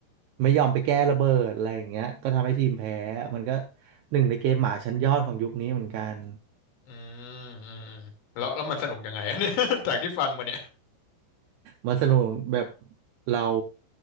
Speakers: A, on the right; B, on the left.
A: ไม่ยอมไปแก้ระเบิดอะไรอย่างเงี้ยก็ทำให้ทีมแพ้มันก็หนึ่งในเกมหมาชั้นยอดของยุคนี้เหมือนกัน
B: อืมอืมอืมแล้วแล้วมันสนุกยังไงอะ <laughs> เนี่ย <laughs> จากที่ฟังมาเนี่ย
A: มันสนุกแบบเรา